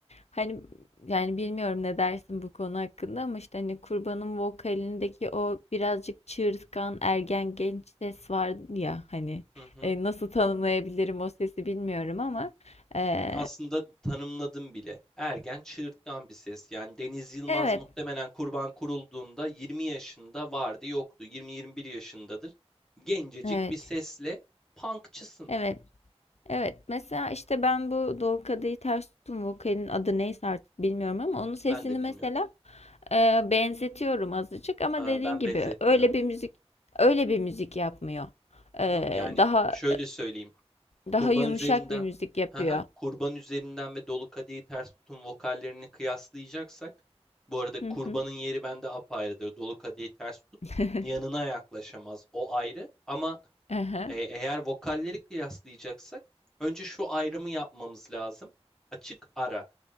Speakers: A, on the left; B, in the centre.
A: hani yani bilmiyorum ne dersin bu konu hakkında ama işte hani Kurban'ın vokalindeki o birazcık çığırtkan ergen genç ses var ya hani
B: Hı hı.
A: e, nasıl tanımlayabilirim o sesi bilmiyorum ama e,
B: aslında tanımladım bile. Ergen, çığırtkan bir ses. Yani Deniz Yılmaz
A: evet
B: muhtemelen Kurban kurulduğunda 20 yaşında vardı, yoktu. 20-21 yaşındadır. Gencecik
A: evet
B: bir sesle punkçısın.
A: evet Evet, mesela işte ben bu Doğu Kadehi Ters Tutun vokalinin adı neyse artık bilmiyorum ama onun sesini
B: Ben de
A: mesela
B: bilmiyorum.
A: e, benzetiyorum azıcık ama
B: Ee,
A: dediğin
B: Ben
A: gibi
B: benzetmiyorum.
A: öyle bir müzik öyle bir müzik yapmıyor.
B: Hı
A: E,
B: hı. Yani
A: daha
B: şöyle söyleyeyim. Kurban
A: daha yumuşak
B: üzerinden,
A: bir müzik yapıyor.
B: hı hı, Kurban üzerinden ve Dolu Kadehi Ters Tutun vokallerini kıyaslayacaksak, bu arada
A: Hı
B: Kurban'ın
A: hı.
B: yeri bende apayrıdır. Dolu Kadehi Ters Tut
A: <laughs>
B: yanına yaklaşamaz. O ayrı. Ama
A: Aha,
B: E, eğer vokalleri kıyaslayacaksak önce şu ayrımı yapmamız lazım. Açık ara.